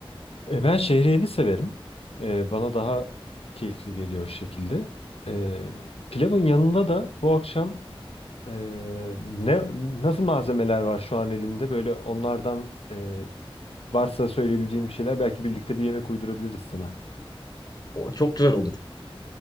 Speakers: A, on the left (about 80°); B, on the left (about 40°).
A: E, ben şehriyeli severim. E, bana daha keyifli geliyor o şekilde. E, pilavın yanında da bu akşam Ee, ne nasıl malzemeler var şu an elinde? Böyle onlardan e, varsa söyleyebileceğim bir şeyler belki birlikte bir yemek uydurabiliriz sana.
B: O çok güzel olur.